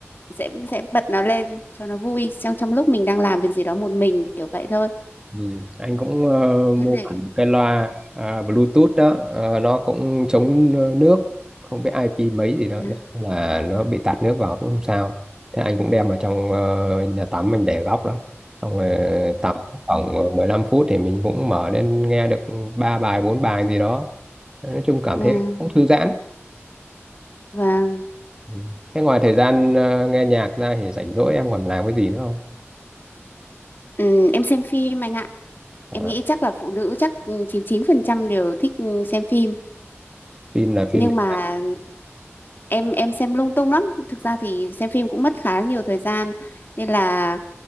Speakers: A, on the left; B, on the right.
A: sẽ sẽ bật nó lên cho nó vui trong trong lúc mình đang làm việc gì đó một mình kiểu vậy thôi
B: Ừ. Anh cũng ờ, mua
A: em này
B: hẳn cái loa à, Bluetooth đó Ờ, nó cũng chống ờ, nước không biết IP mấy gì đó
A: <laughs>
B: nó là nó bị tạt nước vào cũng không sao thế anh cũng đem vào trong ờ, nhà tắm mình để góc đó xong rồi tắm khoảng ờ, 15 phút thì mình cũng mở lên nghe được ba bài bốn bài gì đó nói chung cảm
A: vâng
B: thấy cũng thư giãn
A: vâng
B: ừ. thế ngoài thời gian ờ, nghe nhạc ra thì rảnh rỗi em còn làm cái gì nữa không
A: Ừm, em xem phim anh ạ
B: à,
A: em nghĩ chắc là phụ nữ chắc 99% đều thích xem phim
B: phim là phim
A: nhưng
B: thể
A: mà
B: loại.
A: em em xem lung tung lắm thực ra thì xem phim cũng mất khá là nhiều thời gian nên là